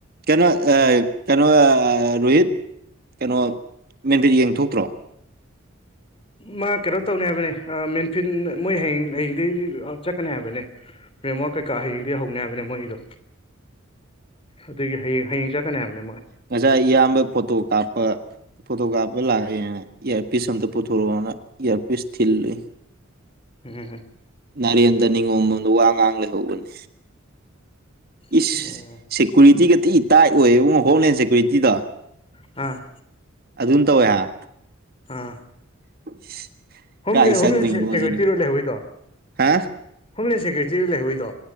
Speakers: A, on the right (about 50°); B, on the left (about 25°).
A: ꯀꯩꯅꯣ
B: ꯎꯝ
A: ꯀꯩꯅꯣ ꯔꯣꯍꯤꯠ ꯀꯩꯅꯣ ꯃꯦꯟꯗꯤꯦꯠ ꯌꯦꯡꯊꯣꯛꯇ꯭ꯔꯣ
B: ꯃꯥ ꯀꯩꯅꯣ ꯇꯧꯅꯤ ꯍꯥꯏꯕꯅꯦ ꯃꯦꯟꯐꯤꯠ ꯃꯣꯏ ꯍꯌꯦꯡ ꯍꯌꯦꯡꯗꯒꯤ ꯆꯠꯀꯅꯤ ꯍꯥꯏꯕꯅꯦ ꯃꯦꯝꯃꯣ ꯀꯩꯀꯥ ꯍꯌꯦꯡꯗꯒꯤ ꯍꯧꯅꯤ ꯍꯥꯏꯕꯅꯦ ꯃꯣꯏ ꯏꯗꯣ
A: ꯎꯝ
B: ꯑꯗꯨꯒꯤ ꯍꯌꯦꯡ ꯍꯌꯦꯡ ꯆꯠꯀꯅꯤ ꯍꯥꯏꯕꯅꯦ ꯑꯃ
A: ꯉꯁꯥꯏ ꯏꯌꯥꯝꯕ ꯐꯣꯇꯣ ꯀꯥꯞꯄ ꯐꯣꯇꯣ ꯀꯥꯞꯄꯒ ꯂꯥꯛꯑꯦꯅ ꯏꯌꯥꯔꯄꯤꯤꯁ ꯑꯝꯇ ꯄꯨꯊꯣꯔꯛꯑꯣꯅ ꯏꯌꯥꯔꯄꯤꯤꯁ ꯊꯤꯜꯂꯨꯏ
B: ꯎꯝꯨꯝ
A: ꯔꯦꯟꯗ ꯅꯤꯉꯣꯝꯕꯝꯗ ꯋꯥ ꯉꯥꯡ ꯂꯩꯍꯧꯕꯅꯤ ꯏꯁ
B: ꯎꯝ
A: ꯁꯦꯀꯨꯔꯤꯇꯤꯒꯗꯤꯤ ꯇꯥꯏꯠ ꯑꯣꯏꯌꯦꯕ ꯍꯣꯝꯅꯦꯦꯟ ꯁꯦꯀꯨꯔꯤꯇꯤꯗ
B: ꯑ
A: ꯑꯗꯨꯝ ꯇꯧꯋꯦ ꯍꯥꯏ
B: ꯍꯥꯝ
A: <inaudible>
B: ꯍꯣꯝꯂꯦꯟ
A: ꯀꯥꯏ ꯆꯪꯗꯣꯏꯅꯣ
B: ꯍꯣꯝꯂꯦꯟ ꯁꯦꯀ꯭ꯌꯨꯔꯤꯇꯤ
A: ꯁꯤꯅꯤ
B: ꯔꯣ ꯂꯩꯍꯧꯣꯏꯗꯣ
A: ꯍꯥ
B: ꯍꯣꯝꯂꯦꯟ ꯁꯦꯀ꯭ꯌꯨꯔꯤꯇꯤ ꯔꯣ ꯂꯩꯍꯧꯣꯏꯗꯣ